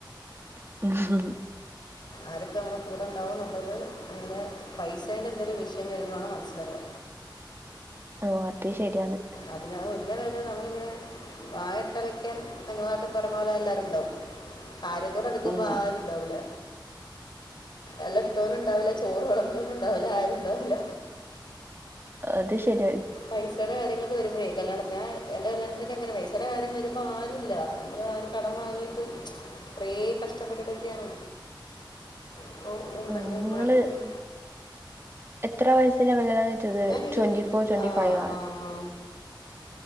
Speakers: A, on the right; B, on the left.
A: <unintelligible>
B: ആരൊക്കെ നമ്മുടെ കൂടെ ഉണ്ടാവന്നുള്ളത് അങ്ങനെ പൈസേൻ്റെ എന്തെലും വിഷയം വരുമ്പോഴാണ് മനസ്സിലാവ.
A: ഓഹ് അത് ശരിയാണ്.
B: അതിന മുന്നവരെ നമ്മളിങ്ങനെ വായട്ടലക്കാൻ നങ്ങളെ നാട്ടിൽ പറഞ്ഞ പോലെ എല്ലാരും ഉണ്ടാവും. കാര്യത്തോടടുക്കുമ്പോ
A: ഉം
B: ആരും ഉണ്ടാവൂല എല ഇട്ടോനും ഉണ്ടാവുല്ല ചോറ് വളമ്പാനുണ്ടാവുല്ല ആരുണ്ടാവുല്ല.
A: അത് ശരിയ
B: പൈസടെ കാര്യങ്ങളൊക്കെ വരുമ്പഴേ കല്യാണത്തി ഞാൻ എൻ്റെ കല്യാണത്തിനക്കെങ്ങനെ പൈസയുടെ കാര്യം വരുമ്പോ ആരുല്ല നമ്മളാ കടം വാങ്ങിയിട്ട് കൊറേ കഷ്ടപ്പെട്ടിട്ടൊക്കെയാണ് അപ്പോ ഉമ
A: ഉം,
B: ഉമ
A: നിങ്ങള്
B: ഉം
A: എത്ര വയസ്സില കല്യാണം കഴിച്ചത്
B: ഞാൻ ഇരു
A: ട്വന്റി ഫോർ ട്വന്റി
B: ആ
A: ഫൈവാ
B: ആ ആ